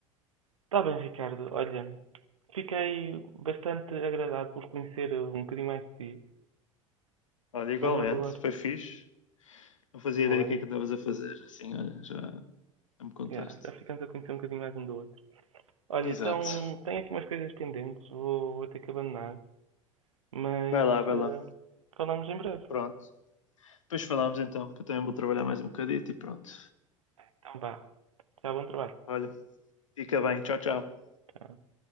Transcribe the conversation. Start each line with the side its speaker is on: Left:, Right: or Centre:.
Right: Está bem, Ricardo. Olha, fiquei bastante agradado por conhecer um bocadinho mais de ti,
Left: Olha, igualmente,
Right: mas eu agora
Left: foi fixe. Não fazia ideia
Right: vou
Left: do
Right: em.
Left: que é que andavas a fazer. Assim, olha, já, já me contaste.
Right: Yeah, já ficamos a conhecer um bocadinho mais um do outro. Olha,
Left: Exato.
Right: então tenho aqui umas coisas pendentes, vou, vou ter que abandonar, mas
Left: Vai lá, vai
Right: eh,
Left: lá.
Right: falamos em breve.
Left: Pronto. Depois falamos então, que eu também vou trabalhar mais um bocadito e pronto.
Right: Então vá, já bom trabalho.
Left: Olha, fica bem. Tchau, tchau.
Right: Tchau.